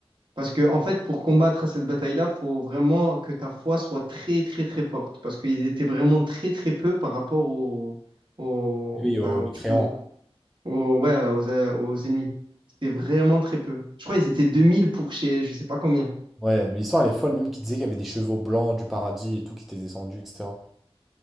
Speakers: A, on the right (about 50°); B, in the centre.
A: Parce que, en fait, pour combattre à cette bataille-là, faut vraiment que ta foi soit très, très, très forte. Parce qu'ils étaient vraiment très, très peu par rapport au, au,
B: Oui, au
A: enfin,
B: mécréant.
A: du coup, Aux, ouais, euh, aux, euh, aux ennemis. C'était vraiment très peu. Je crois qu'ils étaient 2000 pour chez je sais pas combien.
B: Ouais, mais l'histoire elle est folle, même qu'il disait qu'il y avait des chevaux blancs du paradis et tout qui étaient descendus, etc.